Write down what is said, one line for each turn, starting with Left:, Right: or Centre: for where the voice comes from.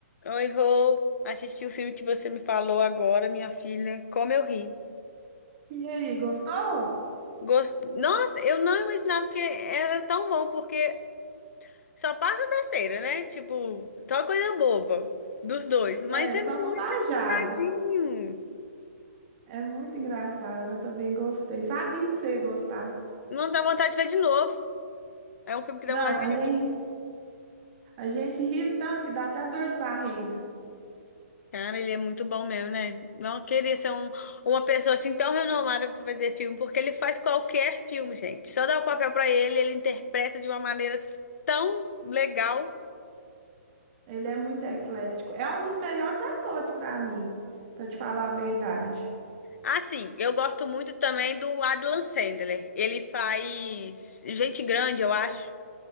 Left: Oi, Rô. Assisti o filme que você me falou agora, minha filha. Como eu ri.
Right: E aí, gostou?
Left: Gost... Nossa, eu não imaginava que era tão bom, porque só passa besteira, né? Tipo, só coisa boba dos dois. Mas
Right: É,
Left: é
Right: só
Left: muito
Right: bobajada.
Left: engraçadinho.
Right: É muito engraçado, eu também gostei. Sabia que você ia gostar.
Left: Não dá vontade de ver de novo. É um filme que
Right: Não,
Left: dá vontade
Right: a
Left: de ver.
Right: gente, a gente ri tanto que dá até dor de barriga.
Left: Cara, ele é muito bom mesmo, né? Não queria ser um- uma pessoa assim tão renomada pra fazer filme, porque ele faz qualquer filme, gente. Só dá o papel pra ele, ele interpreta de uma maneira tão legal.
Right: Ele é muito eclético. É um dos melhores atores para mim, para te falar a verdade.
Left: Ah, sim, eu gosto muito também do Adam Sandler. Ele faz Gente Grande, eu acho.